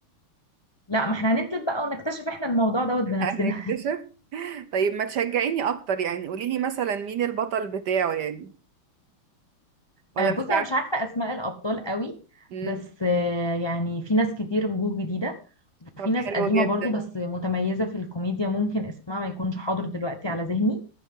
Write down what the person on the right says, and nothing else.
<laughs> هنكتشف طيب ما تشجعيني اكتر يعني قوليلي مثلا مين البطل بتاعه يعني ولا
مش عارفة
مم.
طب
حلو
جدا